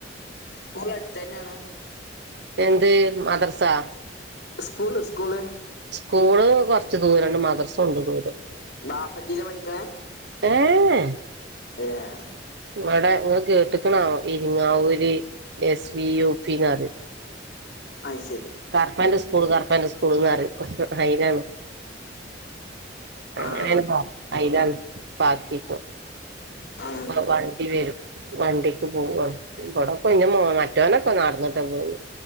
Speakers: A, on the left; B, on the right.
A: സ്കൂള് അടുത്തന്നാണ്
B: എന്ത് മദർസാ
A: സ്കൂള് സ്കൂള്
B: സ്കൂള് കൊറച്ച് ദൂരംണ്ട് മദ്രസണ്ട് ദൂരം
A: ബാപ്പക്കീലാ പഠിക്കണേ
B: ഏഹ്
A: <inaudible>
B: ഇവടെ ഇങ്ങള് കേട്ട്ക്ക്ണോ ആവോ ഇരിങ്ങാവൂരി എസ് വി യു പി ന്ന് പറയും
A: അത് ശരി
B: കർത്താന്റെ
A: ഉം.
B: സ്കൂള് കർത്താന്റെ സ് ക്കൂള് ന്നറിയും അയിനാണ് അങ്ങനെണ്
A: ആഹ്
B: പ അയ്ലാണ് <unintelligible>
A: ആഹ്
B: അപ്പൊ വണ്ടി വെരും വണ്ടിക്ക് പോവാണ് ഇവിടെപ്പൊ ന്റെ മോ മറ്റോനൊക്കെ നടന്നിട്ടാപോവല്